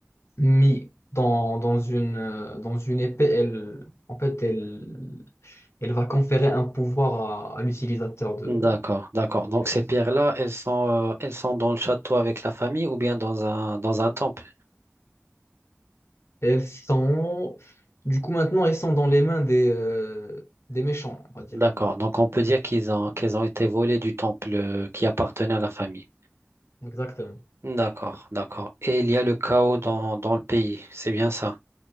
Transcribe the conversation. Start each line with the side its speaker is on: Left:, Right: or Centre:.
Left: mis dans, dans une, euh, dans une épée, elle, en fait, elle, elle va conférer un pouvoir à, à l'utilisateur de
Right: D'accord, d'accord. Donc
Left: de l'épée.
Right: ces pierres-là, elles sont euh, elles sont dans le château avec la famille ou bien dans un dans un temple.
Left: Elles sont, du coup, maintenant, elles sont dans les mains des, euh, des méchants, on va dire.
Right: D'accord. Donc on peut dire qu'ils ont qu'elles ont été volées du temple euh, qui appartenait à la famille.
Left: Exactement.
Right: D'accord, d'accord. Et il y a le chaos dans, dans le pays, c'est bien ça?